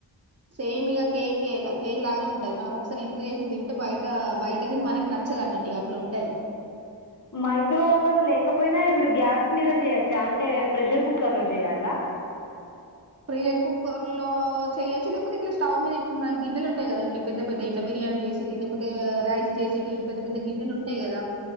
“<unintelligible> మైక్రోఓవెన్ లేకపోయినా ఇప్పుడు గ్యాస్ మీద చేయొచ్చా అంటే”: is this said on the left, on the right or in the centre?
Left